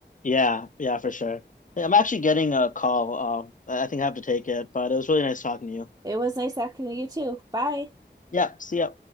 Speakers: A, on the left; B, on the right.
A: Yeah, yeah, for sure. Yeah, I'm actually getting a call. Um, I I think I have to take it, but it was really nice talking to you.
B: It was nice talking to you too. Bye.
A: Yeah, see ya.